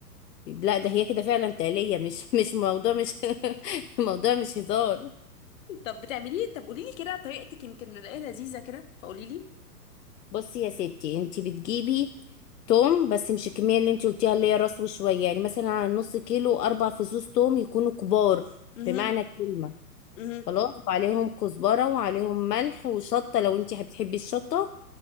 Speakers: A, on the left; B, on the left.
A: لا ده هي كده فعلا تقلية مش <laughs> مش موضوع مش <laughs> موضوع مش هزار
B: طب بتعمليه طب قولي لي كده طريقتك يمكن نلاقيها لذيذه كده فقولي لي
A: بصي يا ستي انتي بتجيبي توم بس مش الكمية اللي انتي قلتيها اللي هي راس وشوية يعني مثلا على نص كيلو أربع فصوص توم يكونوا كبار
B: امم
A: بمعنى الكلمة
B: امم
A: خلاص وعليهم كزبرة وعليهم ملح وشطة لو انتي بتحبي الشطة